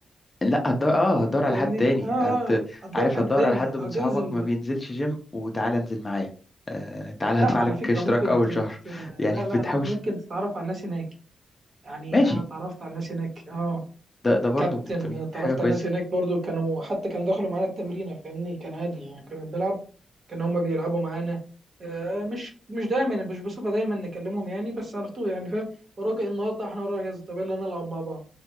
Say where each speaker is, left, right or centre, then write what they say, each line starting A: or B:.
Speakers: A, on the left (about 25°); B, on the right (about 45°).
A: لا هتدور اه هتدور على
B: فاهمني
A: حد تاني
B: اه آه.
A: هت...
B: هتدور
A: عارف
B: حد
A: هتدور
B: تاني
A: على حد من
B: او
A: صحابك
B: تنزل
A: ما بينزلش جيم وتعالى انزل معايا آه... تعالى
B: لا
A: هدفع
B: على
A: لك
B: فكرة
A: اشتراك
B: ممكن
A: اول
B: تت...
A: شهر <laughs> يعني
B: لا لا
A: بتحاول
B: لا ممكن تتعرف على الناس هناك يعني
A: ماشي
B: أنا اتعرفت على الناس هناك اه
A: ده ده برضو
B: كابتن
A: بتكون
B: اتعرفت
A: حاجة كويسة
B: على الناس هناك برضو كانوا حتى كانوا دخلوا معانا التمرين فاهمني كان عادي يعني كنا بنلعب كانوا هما بيلعبوا معانا آه مش مش دايما مش بصفة دايما نكلمهم يعني بس على طول يعني فاهم وراك إيه النهارده احنا وراك كذا طب يلا نلعب مع بعض